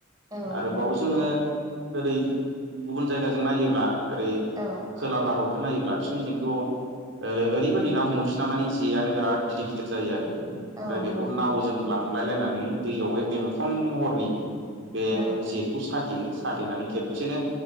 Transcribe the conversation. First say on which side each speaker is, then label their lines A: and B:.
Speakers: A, on the right; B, on the right.
A: औ
B: आरोबाव
A: नंगौ नोंथां
B: जोङो ओरै गुबुन जायगाजों नायोब्ला ओरै
A: औ
B: खोला -भारत नायोब्ला बिसोरनिजोंथ' ओरैबायदि बादि ना हमो, बिसिना मानि जेयानो बिराद गिदिर -गिदिर जायो आरो।
A: औ
B: ओमफ्राय बेखौ
A: नंगौ
B: नावजों लांलाय लायनानै दैयावहाय बेंखन महरनि बे
A: औ
B: जेखौ <unintelligible> <unintelligible> साथेनानै खेबसेनो